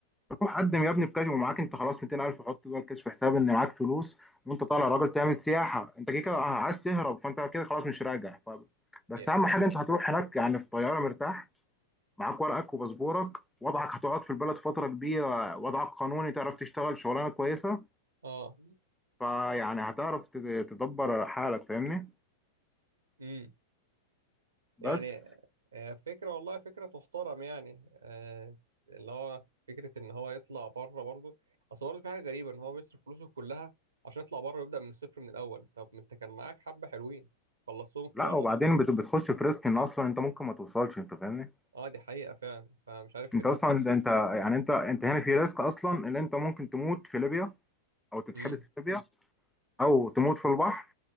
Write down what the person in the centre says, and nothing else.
روح قدم يا ابني بكاش ومعاك انت خلاص 200000 وحط جوه الكاش في حساب ان معاك فلوس وانت طالع راجل تعمل سياحه انت كده
كده عايز تهرب فانت كده خلاص مش راجع ف... بس
اهم حاجه انت هتروح هناك يعني في طياره مرتاح معاك ورقك وباسبورك وضعك هتقعد في البلد فتره كبيره وضعك قانوني تعرف تشتغل شغلانه كويسه
فيعني هتعرف تد- تدبر حالك فاهمني
بس
لا
وبعدين
بت- بتخش في ريسك ان اصلا انت ممكن ما توصلش انت فاهمني
انت
اصلا انت يعني انت انت هنا في ريسك اصلا ان انت ممكن تموت في ليبيا او تتحبس
في ليبيا او تموت في البحر